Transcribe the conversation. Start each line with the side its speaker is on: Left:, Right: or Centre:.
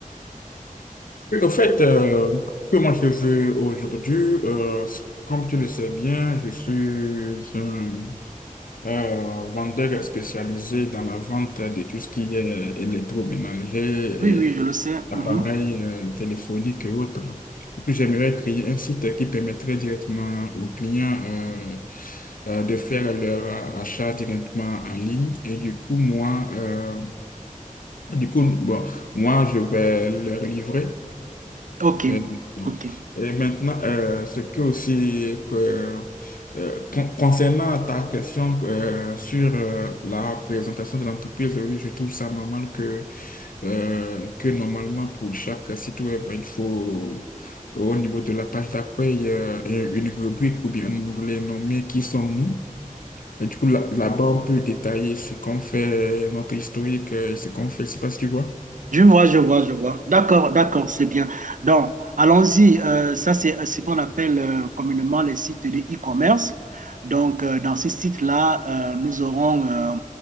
Left: Oui, Au fait, euh, comment je veux aujourd'hui, euh, comme tu le sais bien, je suis un Euh, vendeur spécialisé dans la vente de tout ce qui est électroménager
Right: Oui, oui,
Left: et
Right: je le sais.
Left: appareils
Right: Mhm.
Left: euh, téléphoniques et autres. Du coup, j'aimerais créer un site qui permettrait directement aux clients euh, euh, de faire leur achat directement en ligne. Et du coup, moi, euh, du coup, bon, moi, je vais leur livrer.
Right: OK,
Left: Et,
Right: OK.
Left: et maintenant, euh, ce que aussi que, euh, con- concernant ta question euh, sur euh, la présentation de l'entreprise, oui, je trouve ça normal que, euh, que normalement pour chaque site web, bah, il faut au niveau de la page d'accueil euh, une rubrique ou bien un onglet nommé Qui sommes-nous? Et du coup, là- là-bas, on peut détailler ce qu'on fait, notre historique euh, et ce qu'on fait. Je sais pas si tu vois.
Right: Je vois, je vois, je vois. D'accord, d'accord, c'est bien. Donc, allons-y. Euh, ça, c'est euh, ce qu'on appelle euh, communément les sites de e-commerce. Donc, euh, dans ces sites-là, euh, nous aurons euh,